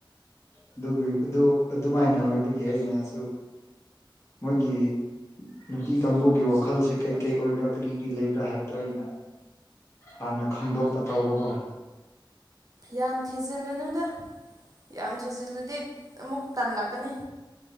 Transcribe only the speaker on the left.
ꯑꯗꯨꯒꯤ ꯑꯗꯨ ꯑꯗꯨꯃꯥꯏꯅ ꯑꯣꯏꯕꯒꯤ ꯑꯩꯅꯁꯨ ꯃꯣꯏꯒꯤ ꯅꯨꯄꯤ ꯀꯥꯡꯕꯨꯒꯤ ꯋꯥꯈꯜꯁꯦ ꯀꯩ ꯀꯩ ꯑꯣꯏꯕ꯭ꯔꯥ ꯀꯔꯤ ꯀꯔꯤ ꯂꯩꯕ꯭ꯔꯥ ꯍꯥꯏꯕꯗꯣ ꯑꯩꯅ ꯍꯥꯟꯅ ꯈꯪꯗꯣꯛꯄ ꯇꯧꯕꯀꯣ